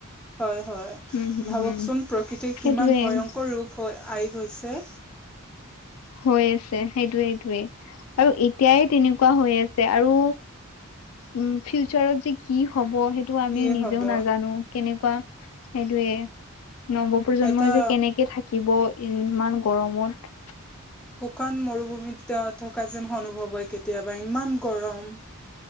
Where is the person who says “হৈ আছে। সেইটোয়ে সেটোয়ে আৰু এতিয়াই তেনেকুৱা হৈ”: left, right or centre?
Left